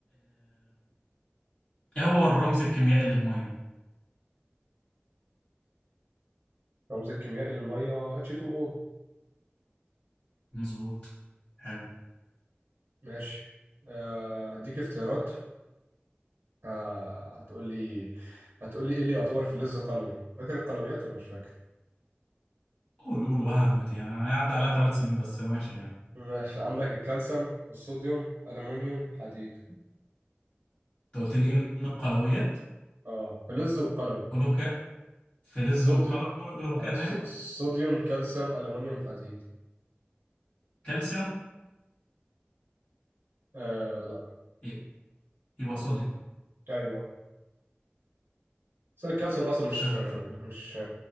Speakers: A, on the left (about 35°); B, on the right (about 75°).
A: هو الرمز الكيميائي للمية
B: رمز الكيميائي للمية H2O
A: مظبوط حلو
B: ماشي آه هديك اختيارات آه هتقول لي هتقول لي إيه اللي يعتبر فلز قلوي فاكر القلويات ولا مش فاكر؟
A: قول قول وهبت يعني انا عدى عليها ثلاث سنين بس ماشي يعني
B: ماشي عندك الكالسيوم والصوديوم ألمونيوم حديد
A: انت قلت لي ايه من القلويات
B: اه فلز وقلوي
A: قولهم كده فلز
B: صودي
A: وقلوي قولهم
B: آه
A: كده
B: ص-
A: تاني
B: صوديوم كالسيوم ألمونيوم حديد
A: كالسيوم
B: آه لا
A: إيه، يبقى صوديوم
B: أيوه بس الكالسيوم أصلا
A: كنت
B: مش
A: شاكك
B: يعني
A: في
B: مش